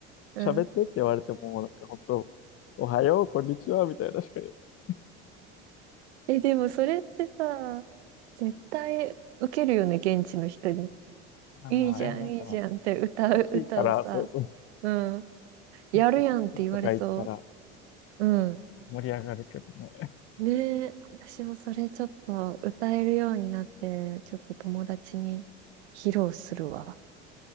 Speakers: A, on the right (about 80°); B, on the left (about 45°).
A: うん。
B: 喋ってって言われても、なんか本当、おはよう、こんにちは、みたいなしか言えない。
A: え、でもそれってさ、絶対受けるよね、現地の人に。
B: ああ、
A: いいじゃん、
B: いや、なんか、
A: いいじゃんって歌う、
B: 楽しいから、
A: 歌をさ。
B: そうそう
A: うん。やるやんって言われそ
B: なんか、とか言ったら
A: う。うん。
B: 盛り上がるけどね。
A: ねえ、私もそれちょっと歌えるようになって、ちょっと友達に披露するわ。